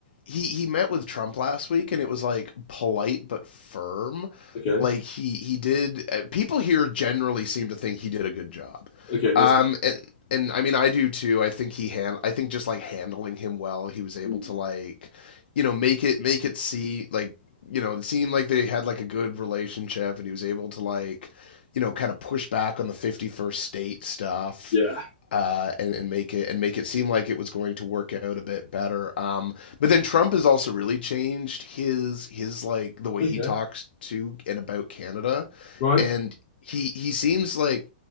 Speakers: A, on the left (about 75°); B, on the left (about 35°).
A: he he met with Trump last week and it was like polite but firm.
B: Okay,
A: Like he he did uh, people here generally seem to think he did a good job.
B: okay, that's
A: Um,
B: good.
A: and and I mean, I do too. I think he hand, I think just like handling him well, he was able
B: Mm,
A: to like, you know, make it make it see like, you know, it seemed like they had like a good relationship, and he was able to like, you know, kind of push back on the fifty first state stuff.
B: yeah,
A: Uh, and, and make it and make it seem like it was going to work out a bit better. Um, but then Trump has also really changed his his like the way
B: okay,
A: he talks to and about Canada,
B: right,
A: and he he seems like